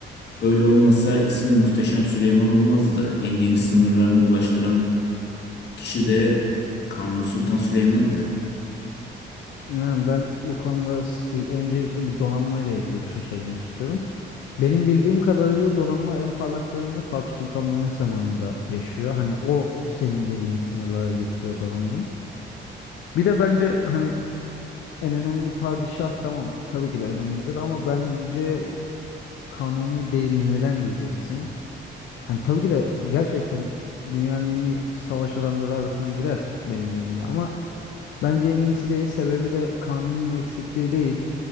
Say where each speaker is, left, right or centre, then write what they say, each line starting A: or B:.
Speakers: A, on the left; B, on the left.
A: öyle olmasa ismi Muhteşem Süleyman olmazdı. En geniş sınırlarına ulaştıran kişi de Kanuni Sultan Süleyman'dı.
B: Yani ben bu konuda s- öncelikle bir donanma ile ilgili bir şey söylemek istiyorum. Benim bildiğim kadarıyla donanma en parlak dönemini Fatih Sultan Mehmet zamanında yaşıyor. Hani o senin dediğin sınırlara getiriyor donanmayı. Bir de bence hani en önemli padişah tamam tabii ki de önemlidir ama bence kanuni değil neden diyeceksin? Hani tabii ki de gerçekten dünyanın en iyi savaş adamları arasına girer benim gözümde ama bence en iyisi değil sebebi de kanunun eksikliği değil.